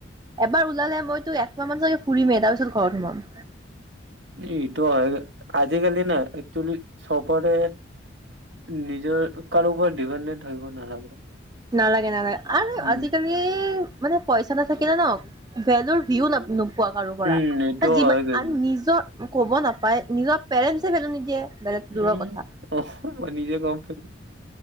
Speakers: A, on the right; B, on the right.
A: এবাৰ ওলালে মইটো একমাহমান চাগে ফুৰিমেই তাৰ পিছত ঘৰত সোমাম।
B: এইটো হয় আজিকালি না একচুলী চবৰে নিজৰ কাৰো ওপৰত ডিপেণ্ডেণ্ট থাকিব নালাগে।
A: নালাগে নালাগে আৰু
B: উম,
A: আজিকালি মানে পইচা নাথাকিলে ন ভেলুৰ ভিউ না নো পোৱা কাৰো পৰা
B: উম এইটো
A: যিমান
B: হয় কিন্তু।
A: আৰু নিজৰ ক'ব নাপাই নিজৰ পেৰেণ্টছে ভেলো নিদিয়ে। বেলেগ
B: উম
A: দূৰৰ কথা
B: অ' মই নিজে কম্প